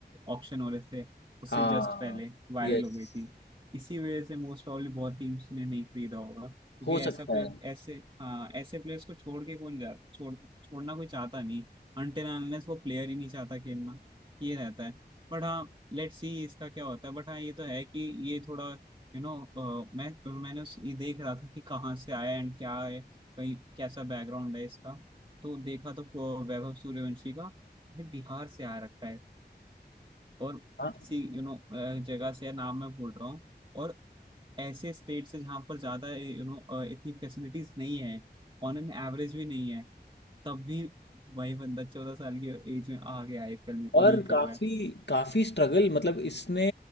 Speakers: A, on the right; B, on the left.
A: ऑक्शन हो रहे थे उससे
B: हाँ
A: जस्ट पहले वायरल
B: यस
A: हो गई थी इसी वजह से मोस्ट प्रॉब्ली बहुत टीम्स ने नहीं खरीदा होगा क्योंकि
B: हो
A: ऐसा
B: सकता
A: प्लेयर
B: है
A: ऐसे हाँ ऐसे प्लेयर्स को छोड़ के कौन जाता छोड़ छोड़ना कोई चाहता नहीं अनटिल अनलेस वो प्लेयर ही नहीं चाहता खेलना ये रहता है बट हाँ लेट्स सी इसका क्या होता है बट हाँ ये तो है कि ये थोड़ा यू नो मैं मैंने उस- ये देख रहा था कि कहाँ से आया एंड क्या है कहीं कैसा बैकग्राउंड है इसका तो देखा तो अ, वैभव सूर्यवंशी का ये बिहार से आ रखा है और
B: हाँ
A: किसी यू नो जगह से है, नाम मैं भूल रहा हूँ और ऐसे स्टेट से जहाँ पर ज्यादा यू नो इतनी फैसिलिटीज नहीं है ऑन एन एवरेज भी नहीं है तब भी वही बंदा चौदह साल की एज में आ गया आईपीएल में और
B: और
A: ये कर
B: काफ़ी
A: रहा है
B: काफ़ी स्ट्रगल मतलब इसने